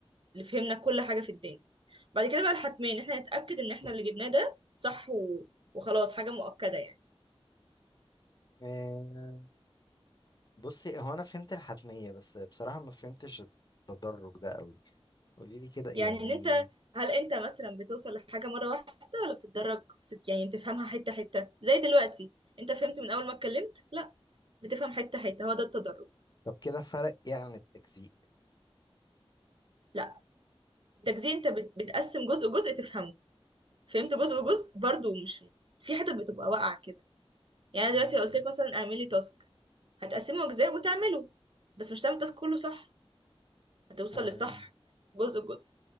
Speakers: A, on the right; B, on the left.
A: لفهمنا كل حاجة في الدنيا بعد كده بقى الحتمين إحنا نتأكد إن إحنا اللي جبناه ده صح و... وخلاص حاجة مؤكدة يعني
B: آه، بصي هو انا فهمت الحتمية بس بصراحة ما فهمتش التدرج ده قوي قوليلي كده يعني
A: يعني ان انت هل انت مثلا بتوصل لحاجه مره واحده ولا بتتدرج في يعني بتفهمها حته حته زي دلوقتي انت فهمت من اول ما اتكلمت لا بتفهم حته حته هو ده التدرج
B: طب كده فرق ايه عن التجزيء
A: لا التجزئه انت بت... بتقسم جزء جزء تفهمه فهمت جزء جزء برضو مش في حته بتبقى واقعه كده يعني أنا
B: مم.
A: دلوقتي لو قلت لك مثلا اعملي تاسك هتقسمه اجزاء وتعمله بس مش هتعمل التاسك كله صح هتوصل
B: آه
A: للصح جزء جزء